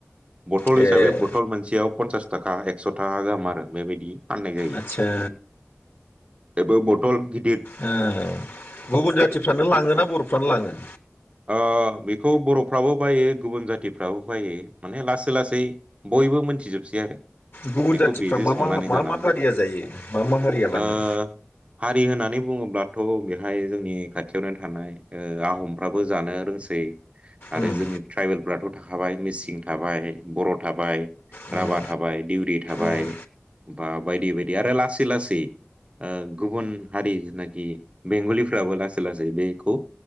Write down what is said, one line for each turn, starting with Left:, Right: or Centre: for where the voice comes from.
Right: बथल
Left: ए
Right: हिसाबै बथल मोनसेयाव पन्सास थाखा एकस' थाखा गाहाम आरो बेबायदि। फाननाय जायो
Left: आतसा।
Right: बेबो बथल गिद
Left: ओ गुबुन जाथिफ्रानो लाङो ना बर'फ्रानो लाङो?
Right: ओ बेखौ बर'फ्राबो बायो गुबुन जाथिफ्राबो बायो माने लास लासै बयबो मोनथिजोबसै आरो।
Left: गुबुन
Right: बेखौ
Left: जाथिफ्रा
Right: बेजों
Left: मा
Right: संनानै
Left: मा मा
Right: जाना
Left: मा हारिया जायो मा मा हारिया
Right: ओ
Left: लाङो?
Right: हारि होनानै बुङोब्लाथ' बेहाय जोंनि खाथियावनो थानाय ओ आहमफ्राबो जानो रोंसै। आरो
Left: उम
Right: जोंनि ट्राइबेलफ्राथ' थाखाबाय मिसिं थाबाय। बर' थाबाय
Left: उम
Right: राभा थाबाय दिउरि थाबाय।
Left: उम
Right: होमबा बायदि बायदि आरो लासै लासै ओ गुबुन हारि जेनाखि बेंगलिफ्राबो लासै लासै बेखौ